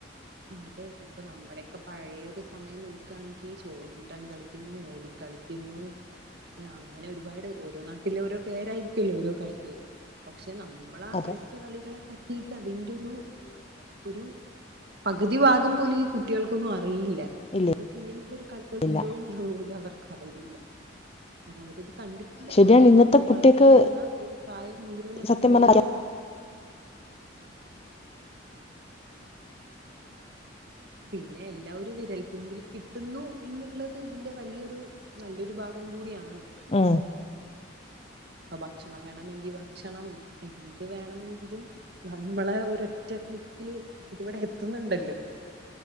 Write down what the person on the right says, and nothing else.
അതേ ഇപ്പൊ നമ്മുടെയൊക്കെ പഴഴേ ഒരു സമയം നോക്കുകയാണെങ്കിൽ ചോറ് കൂട്ടാന്ന് കളിക്കുന്നു ഓടിക്കളിക്കുന്നു അങ്ങനെ ഒരുപാട് ഓരോ നാട്ടിലെ ഓരോ പേരായിരിക്കുമല്ലോ ഓരോ കളിക്ക പക്ഷേ പക്ഷെ <unintelligible> നമ്മളാ
കളിച്ച കളികളെ കീയിട്ട് അതിന്റെ ഒരു
ഒരു പകുതി ഭാഗം പോലെ ഈ കുട്ടികൾക്കൊന്നുംറിയില്ല അറിയില്ല
ഇതൊക്കെ ഇങ്ങനെയൊക്കെ ഒരു കളികൾ
ഉണ്ടോ എന്നുള്ളത് പോലും അവർക്ക്റിയില്ല കാരണം അവരിത് കണ്ടിട്ടില്ല
കാരണം
അവരെ
വളർന്ന വരുന്ന ഒരു പ്രായം മുഴുവൻ അവര്
ഫോണിലാണ്
പിന്നെ എല്ലാം വിരൽത്തുമ്പിൽ കിട്ടുന്നു എന്നുള്ളത് ഇതിന്റെ വലിയൊരു നല്ലൊരു ഭാഗം കൂടിയാണ്
അപ്പൊ ഭക്ഷണം വേണമെങ്കിൽ ഭക്ഷണം എന്ത് വേണമെങ്കിലും നമ്മളെ ഒരറ്റക്ലിക്കില് ഇവിടെ എത്തുന്നുണ്ടല്ലോ